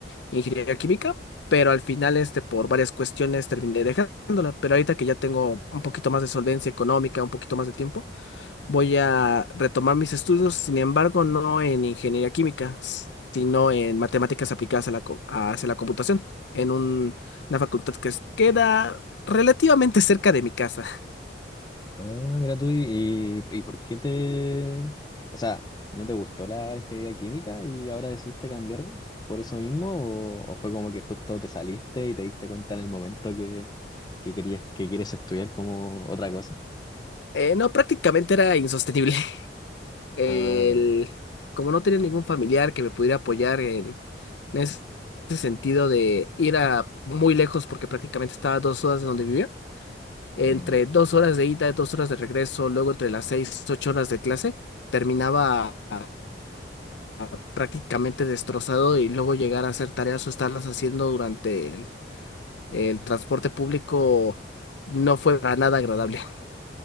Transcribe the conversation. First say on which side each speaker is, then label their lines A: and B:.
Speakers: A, on the left; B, on the left.
A: ingeniería química, pero al final, este, por varias cuestiones terminé dejándola. Pero ahorita que ya tengo un poquito más de solvencia económica, un poquito más de tiempo. Voy a retomar mis estudios, sin embargo, no en ingeniería química, s- sino en matemáticas aplicadas a la, co- hacia la computación, en un- una facultad que es- queda relativamente cerca de mi casa. <laughs>
B: Ah, mira tú, y, y, y por qué te... O sea, ¿no te gustó la ingeniería química y ahora decidiste cambiar por eso mismo? ¿O, o fue como que justo te saliste y te diste cuenta en el momento que, que querías, que quieres estudiar como otra cosa?
A: Eh, no, prácticamente era insostenible. <laughs> El-
B: Ah, ya.
A: como no tenía ningún familiar que me pudiera apoyar en, en ese sentido de ir a muy lejos, porque prácticamente estaba a dos horas de donde vivía. entre
B: Mm.
A: dos horas de ida, dos horas de regreso, luego entre las seis, ocho horas de clase, terminaba a- a- prácticamente destrozado y luego llegar a hacer tareas o estarlas haciendo durante el, el transporte público no fue para nada agradable. <laughs>